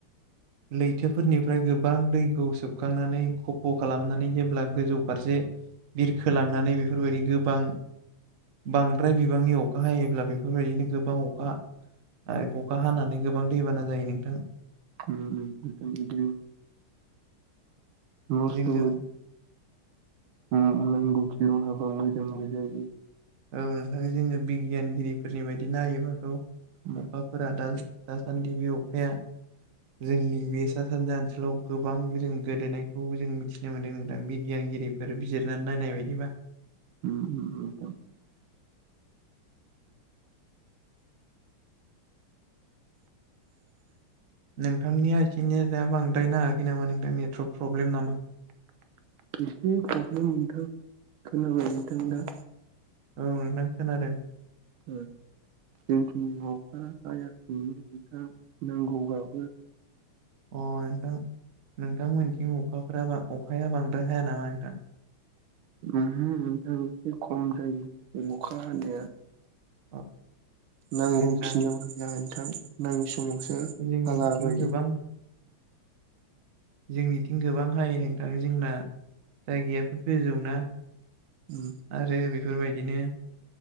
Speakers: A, on the right; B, on the right.
A: लैथोफोरनिफ्राय गोबां दैखौ सोबखांनानै खफ' खालामनानै जेब्ला गोजौ फारसे बिरखोलांनानै बेफोरबायदि गोबां बांद्राय बिबांनि अखा हायोब्ला बेफोरबायदिनो गोबां अखा आरो अखा हानानै गोबां दैबाना जायो नोंथां।
B: <unintelligible> मसथ'
A: जोङो
B: <unintelligible> अ नांगौ खिनियाव हाबा मोजांबो जायो।
A: औ नोंथां जों बिगियानगिरिफोरनि बायदि नायोबाथ'
B: उम
A: अखाफोरा दा दासान्दि बि अखाया जोंनि बे सा सानजा ओनसोलाव गोबां जों गेलेनायखौ जों मिथिनो मोनदों नोंथां बिगियान फोरगिरिफोर बिजिरनानै नायनाय बायदिबा
B: <unintelligible>
A: नोंथांनि आइ निया दा बांद्रायनो हायाखै नामा नोंथां नेट प्रब्लेम नामा?
B: एसे प्रब्लेम नोथां खोनाबाय नोंथां
A: औ
B: दा।
A: औ नोंथां खोनादों।
B: ओ जोंखिनि अखा हायाखैनो नोंथां नांगौबाबो।
A: अ नोंथां नोंथांमोनथिं अखाफोरा अखाया बांद्राय हाया नामा नोंथां?
B: ओहो नोंथां एसे खम जायो अखा हानाया।
A: अ
B: नांगौखिनियाव
A: जोंना
B: हाया नोंथां नाङै समावसो
A: जोंनिथिं
B: हाला बायो।
A: गोबां जोंनिथिं गोबां हायो नोंथाङो जोंना जायगायाबो गोजौना
B: उम
A: आरो बेफोरबायदिनो